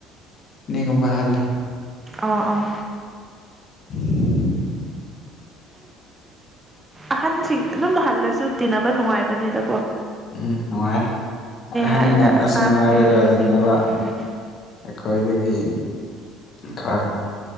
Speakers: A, on the left; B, on the right.
A: ꯅꯤꯒꯨꯝꯕ ꯍꯜꯂꯦ
B: ꯑꯣ ꯑꯥ
A: <inaudible>
B: ꯑꯍꯟꯁꯤꯡ ꯑꯗꯨꯝ ꯍꯜꯂꯁꯨ ꯇꯤꯟꯅꯕ ꯅꯨꯡꯉꯥꯏꯕꯅꯤꯗ
A: ꯎꯝ ꯅꯨꯡꯉꯥꯏ ꯑꯍꯟꯅ
B: ꯍꯥꯏꯅ
A: ꯑꯁ
B: ꯑꯉꯥꯡꯅꯦ
A: ꯅꯨꯡꯉꯥꯏꯔꯁꯤꯅꯦꯕ
B: ꯎꯝ
A: ꯑꯩꯈꯣꯏꯗꯒꯤ ꯈꯔ